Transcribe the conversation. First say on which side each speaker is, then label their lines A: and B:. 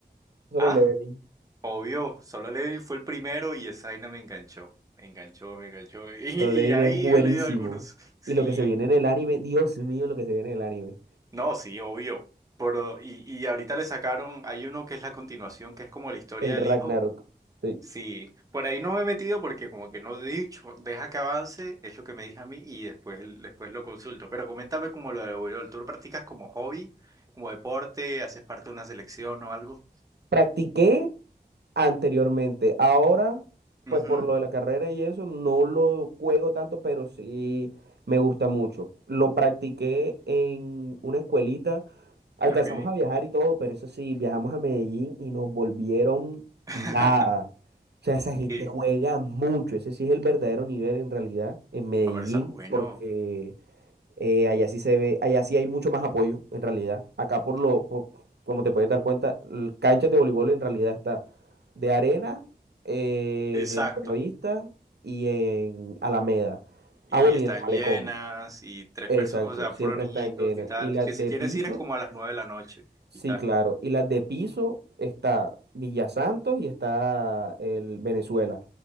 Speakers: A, on the right; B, on the right.
A: Solo
B: Ah,
A: Leveling.
B: obvio, Solo Leveling fue el primero y esa vaina me enganchó. Me enganchó, me enganchó. <laughs> Y,
A: Solo Leveling
B: y ahí
A: es buenísimo.
B: he leído algunos. Sí,
A: Y lo que se viene en el anime, Dios mío, lo que se viene en el anime,
B: no, sí, obvio. Pero, y, y ahorita le sacaron, hay uno que es la continuación, que es como la historia
A: el Ragnarok.
B: del hijo.
A: sí.
B: Sí, por ahí no me he metido porque como que no he dicho, deja que avance, es lo que me dije a mí y después, después lo consulto. Pero coméntame como lo de voleibol, ¿tú lo practicas como hobby, como deporte, haces parte de una selección o algo?
A: Practiqué anteriormente. Ahora,
B: Ujú.
A: pues por lo de la carrera y eso, no lo juego tanto, pero sí me gusta mucho. Lo practiqué en una escuelita. Alcanzamos
B: Ok.
A: a viajar y todo, pero eso sí, viajamos a Medellín y nos volvieron
B: <laughs>
A: nada. O sea, esa gente juega
B: Sí,
A: mucho. Ese sí es el verdadero nivel en realidad en Medellín,
B: ah, pero está bueno.
A: porque eh, allá sí se ve, allá sí hay mucho más apoyo, en realidad. Acá por
B: ok.
A: lo, por- como te puedes dar cuenta, l- canchas de voleibol en realidad está de arena, eh,
B: Exacto.
A: en el Buenavista y en Alameda.
B: Y
A: Ah, bueno,
B: están
A: y en el Malecón.
B: llenas y tres
A: Exacto,
B: personas, o sea,
A: siempre
B: puros niñitos
A: están llenas.
B: y tal.
A: Y las
B: Que si
A: de
B: quieres
A: piso,
B: ir es como a las nueve de la noche
A: sí,
B: y tal.
A: claro. Y las de piso está Villa Santos y está el Venezuela.